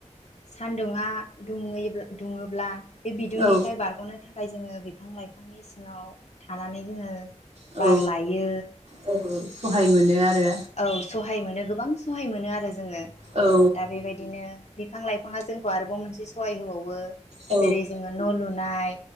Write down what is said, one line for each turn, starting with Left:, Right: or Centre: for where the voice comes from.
Left: सानदुङा दुंओयोब्ला दुङोब्ला बे बिदुंनिफ्राय
Right: औ
Left: बारगनो थाखाय जोङो बे फां लाइफांनि सिङाव थानानै जोङो
Right: औ
Left: बार लायो
Right: औ सहाय मोनो आरो
Left: औ सहाय मोनो गोबां सहाय मोनो आरो जोङो
Right: औ
Left: दा बेबायदिनो बिफां लाइफाङा जोंखौ आरोबाव मोनसे सहाय होबावो
Right: औ
Left: जेरै जोङो न लुनाय